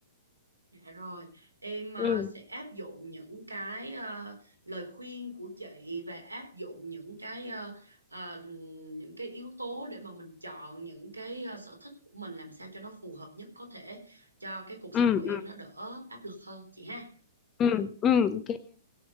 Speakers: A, on the right (about 85°); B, on the left (about 20°).
A: Dạ rồi, em ờ,
B: ừ
A: sẽ áp dụng những cái ờ, lời khuyên của chị và áp dụng những cái ờ, ờ, những cái yếu tố để mà mình chọn những cái ờ, sở thích của mình làm sao cho nó phù hợp nhất có thể cho cái cuộc sống
B: ừ
A: của em nó đỡ áp lực hơn chị ha.
B: ừ ừ.